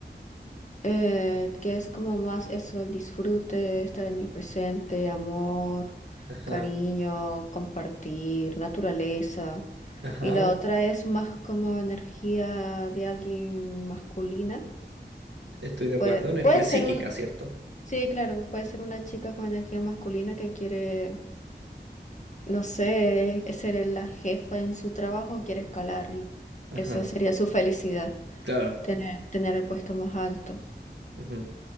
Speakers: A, on the left; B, on the right.
A: eh, que es como más eso, el disfrute, estar en el presente, amor,
B: Ajá,
A: cariño, compartir, naturaleza.
B: ajá,
A: Y la otra es más como energía de alguien masculina.
B: estoy de acuerdo.
A: Puede,
B: Energía
A: puede ser
B: psíquica,
A: un,
B: ¿cierto?
A: sí, claro, puede ser una chica con energía masculina que quiere, no sé, ser la jefa en su trabajo, quiere escalar y
B: Ajá,
A: esa sería su felicidad,
B: claro.
A: tener, tener el puesto más alto.
B: ujú.